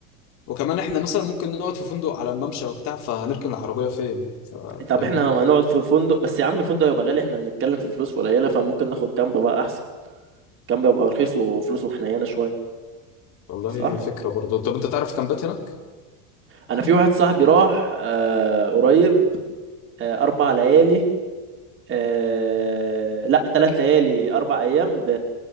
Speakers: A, on the left; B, on the right.
A: وكمان احنا مثلا ممكن نقعد في فندق على الممشى وبتاع فهنركن العربية فين ف-
B: طب
A: فاهمني
B: احنا هنقعد في فندق بس يا عم الفندق يبقى غالي احنا بنتكلم في فلوس قليلة فممكن ناخد كامب بقى احسن كامب يبقى رخيص وفلوسه حنينة شوية
A: والله
B: صح
A: فكرة برضو طب انت تعرف كامبات هناك
B: انا في واحد صاحبي راح آه قريب آه اربع ليالي آه لا ثلاث ليالي اربع ايام ب